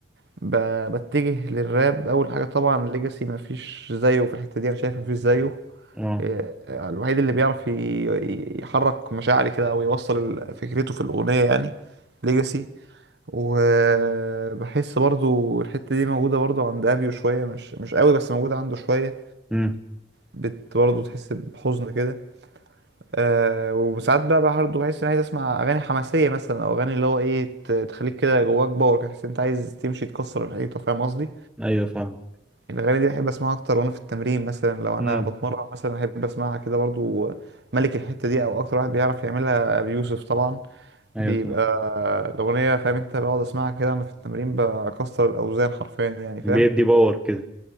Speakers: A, on the right; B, in the centre.
A: ب... بتجه للراب اول حاجه طبعا ليجاسي مفيش زيه في الحته دي انا شايف مفيش زيه
B: اه
A: إيه، الوحيد اللي بيعرف ي- يحرك مشاعري كده او يوصل ال- فكرته في الاغنيه يعني ليجاسي وبحس برضو الحته دي موجوده برضو عند ابيو شويه مش مش قوي بس موجوده عنده شويه
B: امم
A: بت برضو تحس بحزن كده آه وساعات بقى برضه بحس اني عايز اسمع اغاني حماسيه مثلا او اغاني اللي هو ايه ت- تخليك كده جواك باور كده تحس إن انت عايز تمشي تكسر الحيطه فاهم قصدي
B: أيوه فاهمك
A: الاغاني دي بحب اسمعها اكتر وانا في التمرين مثلا لو
B: امم
A: انا بتمرن مثلا بحب اسمعها كده برضه ملك الحته دي او اكتر واحد بيعرف يعملها بيوسف طبعا
B: أيوه
A: بيبقى
B: طبعا
A: الاغنيه فاهم انت بقعد اسمعها كده انا في التمرين بكسر الاوزان حرفيا يعني فاهم
B: بيدي باور كده